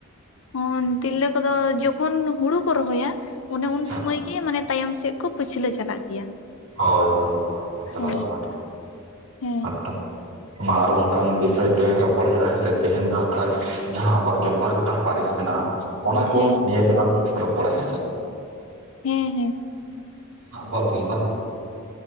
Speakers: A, on the left; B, on the right.
A: ᱚᱱ ᱛᱤᱨᱞᱟᱹ ᱠᱚᱫᱚ ᱡᱚᱠᱷᱚᱱ ᱦᱩᱲᱩ ᱠᱚ ᱨᱚᱦᱚᱭᱟ ᱚᱱᱮ ᱩᱱ
B: ᱦᱮᱸ
A: ᱥᱩᱢᱟᱹᱭ ᱜᱤ ᱢᱟᱱᱮ ᱛᱟᱭᱚᱢ ᱥᱮᱫ ᱠᱩ ᱯᱟᱹᱪᱷᱞᱟᱹ ᱪᱟᱞᱟᱜ ᱜᱮᱭᱟ᱾
B: ᱦᱳᱭ ᱦᱳᱭ ᱢᱟ ᱛᱮᱞᱟ
A: ᱦᱳᱭ
B: ᱫᱚ ᱚᱱᱟ ᱜᱮ
A: ᱦᱮᱸ
B: ᱟᱛᱛᱟ᱾ ᱢᱟ ᱟᱨᱚ ᱚᱱᱠᱟᱱ ᱵᱤᱥᱚᱭ ᱛᱮ ᱨᱚᱯᱚᱲ ᱦᱩᱭᱩᱜᱼᱟ ᱦᱮ ᱥᱮ ᱛᱮᱦᱮᱧ ᱫᱚ ᱦᱟᱸᱜ ᱠᱷᱟᱡ ᱡᱟᱦᱟᱸ ᱟᱵᱚᱣᱟᱜ ᱜᱮᱞᱵᱟᱨ ᱜᱚᱴᱟᱝ ᱯᱟᱨᱤᱥ ᱢᱮᱱᱟᱜᱼᱟ ᱚᱱᱟ ᱠᱚ
A: ᱦᱮᱸ
B: ᱱᱤᱭᱟᱹ ᱛᱮᱞᱟᱝ ᱨᱚᱯᱚᱲᱟ ᱦᱮᱸᱥᱮ᱾
A: ᱦᱩᱸ ᱦᱩᱸ
B: ᱟᱵᱚᱣᱟᱜ ᱜᱮᱞᱵᱟᱨ ᱜᱚᱴᱟᱝ